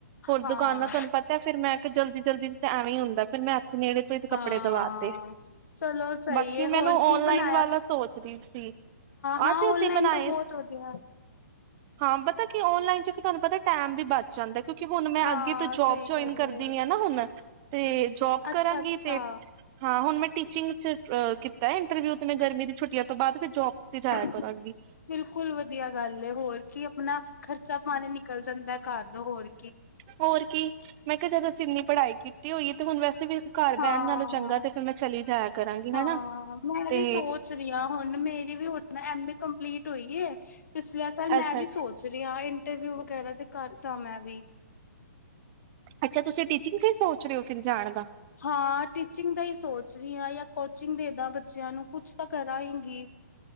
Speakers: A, on the right; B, on the left.
A: ਹੋਰ
B: ਹਾਂ
A: ਦੁਕਾਨ ਨਾਲ ਤੁਹਾਨੂੰ ਪਤਾ ਫਿਰ ਮੈਂ ਜਲਦੀ-ਜਲਦੀ ਆਂ ਹੁੰਦੀ ਫਿਰ ਮੈਂ ਹੱਥ ਨੇੜੇ ਤੋਂ ਹੀ ਕੱਪੜੇ
B: ਹਾਂ
A: ਦਵਾ ਤੇ
B: ਚਲੋ ਸਹੀ
A: ਬਾਕੀ
B: ਹੈ
A: ਮੈਨੂੰ
B: ਹੋਰ ਕੀ
A: ਔਨਲਾਈਨ
B: ਬਣਾ
A: ਵਾਲਾ ਸੋਚ ਵੀ ਸੀ
B: ਹਾਂ
A: ਅਜ
B: ਓਨਲਾਈਨ
A: ਅਸੀਂ ਬਣਾਏ
B: ਤਾਂ ਬਹੁਤ ਵਧੀਆ
A: ਹਾਂ ਪਤਾ ਕੀ ਓਨਲਾਈਨ ਚ ਤੁਹਾਨੂੰ ਪਤਾ ਟੈਮ ਵੀ ਬਚ ਜਾਂਦੇ ਕਿਉਂਕਿ ਹੁਣ ਮੈਂ
B: ਹਾਂ
A: ਅੱਗੇ ਤੋਂ ਜੋਬ
B: ਸਹੀ
A: ਜੁਆਇਨ
B: ਗੱਲ
A: ਕਰਦੀ
B: ਏ
A: ਹ ਨਾ ਹੁਣ ਤੇ ਜੋਬ
B: ਅੱਛਾ
A: ਕਰਾਂਗੀ
B: ਅੱਛਾ
A: ਤੇ ਹਾਂ ਹੁਣ ਮੈਂ ਟੀਚਿੰਗ ਚ ਕੀਤਾ ਇੰਟਰਵਿਊ ਤੇ ਮ ਗਰਮੀ ਦੀ ਛੱਟੀ ਤੋਂ ਬਾਅਦ ਫ ਜੋਬ ਤੇ ਜਾਇਆ
B: ਬਿਲਕੁਲ
A: ਕਰਾਂਗੀ।
B: ਵਧੀਆ ਗੱਲ ਹੋਰ ਕੀ ਆਪਣਾ ਖਰਚਾ ਪਾਣੀ ਨਿਕਲ ਜਾਂਦਾ ਘਰ ਦਾ ਹੋਰੀ।
A: ਹੋਰ ਕੀ ਮੈਂ ਕਿਹਾ ਜਦੋਂ ਅਸੀਂ ਇੰਨੀ ਪੜ੍ਹਾਈ ਕੀਤੀ? ਹੋਈ ਹੈ ਤੇ ਹੁਣ ਵੈਸੇ? ਵੀ ਘਰ
B: ਹਾਂ
A: ਬਹਿਣ ਨਾਲੋਂ ਚੰਗਾ ਤੇ ਫਿਰ ਮੈਂ ਚਲੀ ਜਾਇਆ ਕਰਾਂਗੀ ਹਨਾ
B: ਹਾਂ ਮੈਂ
A: ਤੇ
B: ਵੀ ਸੋਚ ਰਹੀ ਹਾਂ ਹੁਣ ਮੇਰੀ ਵੀ ਹੁਣ ਐਮ ਏ ਕੰਪਲੀਟ ਹੋਈ ਹੈ ਪਿਛਲੇ ਸਾਲ ਮੈਂ
A: ਅੱਛਾ
B: ਵੀ ਸੋਚ ਰਹੀ ਹਾਂ? ਇੰਟਰਵਿਊ ਵਗੈਰਾ ਤੇ ਕਰਤਾ ਮੈਂ ਵੀ?
A: ਅੱਛਾ ਤੁਸੀਂ ਟੀਚਿੰਗ ਲਈ ਸੋਚ ਰਹੇ ਹੋ ਫਿਰ ਜਾਣ ਦਾ?
B: ਹਾਂ ਟੀਚਿੰਗ ਦਾ ਹੀ ਸੋਚ ਰਹੀ ਹਾਂ ਜਾਂ ਕੋਚਿੰਗ ਦੇ ਦਾ ਬੱਚਿਆਂ ਨੂੰ ਕੁਛ ਤਾਂ ਕਰਾਂਗੀ।